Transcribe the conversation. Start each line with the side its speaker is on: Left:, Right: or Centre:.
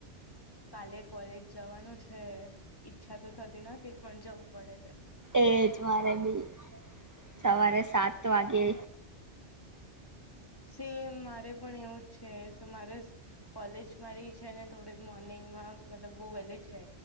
Left: કાલે કોલેજ જવાનું છે. ઈચ્છા તો થતી નથી પણ જવું પડે છે.
Right: એજ મારે બી સવારે સાત વાગે.
Left: સેમ મારે પણ એવું જ છે મારે કોલેજ મારી છે ને થોડી મોર્નિંગ માં મતલબ બઉ વેલી છે